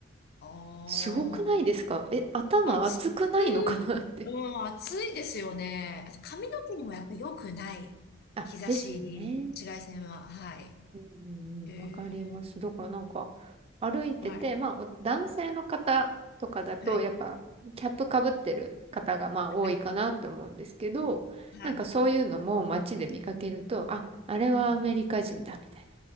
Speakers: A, on the left; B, on the right.
A: あ
B: すごくないですかえ、
A: あ。
B: 頭熱くないのかなって。
A: 暑く、もう暑いですよね。あと髪の毛にもやっぱ良くない。
B: あ、
A: 日差し、
B: ですよね。
A: 紫外線は。はい。
B: うんうんわかります。
A: へえ。
B: だからなんか歩いてて、
A: はい。
B: まあお男性の方とかだとやっぱキャップかぶってる方がまあ多いかなって思うんですけど、
A: はい。はい。はい。
B: なんかそういうのも街で見かけると、あ、あれはアメリカ人だみたいな。
A: うん